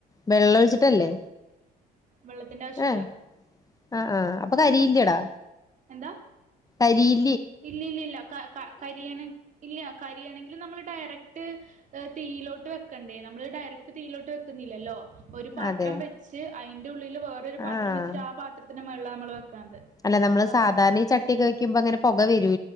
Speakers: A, on the left; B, on the right.
A: വെള്ളൊഴിച്ചിട്ടല്ലേ
B: വെള്ളത്തിന്റെ ആവശ്യമില്ല
A: ഏഹ് ആഹ് ആഹ് അപ്പൊ കരിയില്ലെടാ
B: എന്താ
A: അരി
B: ഇല്ല ഇല്ല ഇല്ല കരിയണ് ഇല്ല കരിയാണെങ്കിൽ നമ്മള് ഡയറക്ട് തീയിലോട്ട് വെക്കണ്ടേ നമ്മള് ഡയറക്ട് തീയിലോട്ട് വെക്കുന്നില്ലല്ലോ ഒരു പാത്രം
A: അതെ
B: വെച്ച് അയിന്റെ ഉള്ളിൽ അതില് വേറൊരു പാത്രം
A: ആഹ്
B: വെച്ചിട്ട് ആ പാത്രത്തിൽ ൻ്റെ മേളില് നമ്മള് വെക്കണത്
A: അല്ല നമ്മള്
B: അപ്പൊ
A: സാധാരണ ഈ ചട്ടിയൊക്കെ വെക്കുമ്പോ ഇങ്ങനെ പൊക വെരൂ